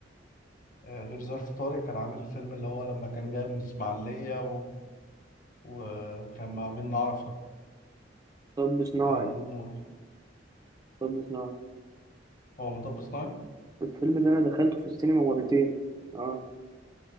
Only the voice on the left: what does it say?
آه، غير ظرف طارق كان عامل فيلم اللي هو لما كان جاي من الإسماعيلية و... وكان مع منة عرفة
آه، ونور
هو مطب صناعي